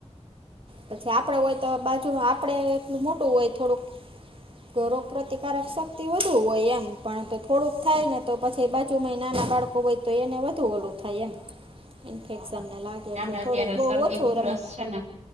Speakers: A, on the right; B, on the right.
A: પછી આપડ
B: સાચી
A: હોય તો
B: છે
A: બાજુ ન આપણે એટલું મોટું હોય થોડુંક, તો રોગ પ્રતિકારક શક્તિ વધ વધું હોય એમ પણ તો થોડુંક થાય ને તો પછી બાજુમાં નાના બાળકો હોય તો એને વધુ ઓલું થાય એમ. ઇન્ફેક્શનને
B: હા
A: લાગે એટલે
B: એને અત્યારે
A: થોડુંક બહુ
B: શરદી
A: ઓછું
B: ઉધરસ
A: રમે
B: છે ને